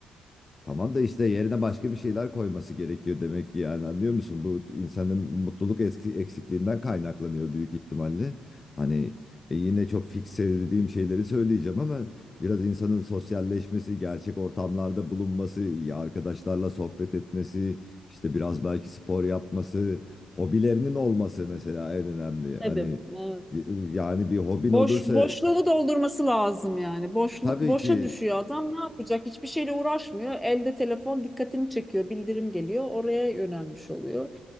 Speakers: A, on the left; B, in the centre.
A: Tamam da işte yerine başka bir şeyler koyması gerekiyor demek ki yani anlıyor musun? Bu insanın mutluluk eski- eksikliğinden kaynaklanıyor büyük ihtimalle. Hani e, yine çok fikselediğim şeyleri söyleyeceğim ama biraz insanın sosyalleşmesi, gerçek ortamlarda bulunması, ya arkadaşlarla sohbet etmesi, işte biraz belki spor yapması, hobilerinin olması mesela en önemli. Hani
B: <laughs> Tabii. Evet.
A: e, yani bir hobin
B: Boş
A: olursa
B: boşluğu doldurması lazım yani. Boşluk
A: Tabii
B: boşa
A: ki
B: düşüyor adam. Ne yapacak? Hiçbir şeyle uğraşmıyor. Elde telefon dikkatini çekiyor. Bildirim geliyor. Oraya yönelmiş oluyor.